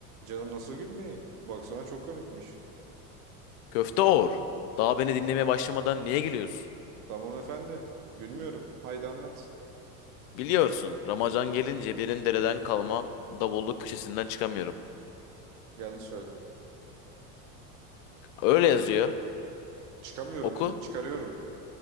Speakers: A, on the right; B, on the left.
A: Canım nasıl gülmeyeyim? Baksana çok komikmiş.
B: Köfte Oğur, daha beni dinlemeye başlamadan niye geliyorsun?
A: Tamam efendi, gülmüyorum. Haydi anlat.
B: Biliyorsun, Ramazan gelince benim dereden kalma davulluk köşesinden çıkamıyorum.
A: Yanlış söyledim.
B: Öyle yazıyor.
A: Çıkamıyorum
B: Oku.
A: dedin, çıkarıyorum.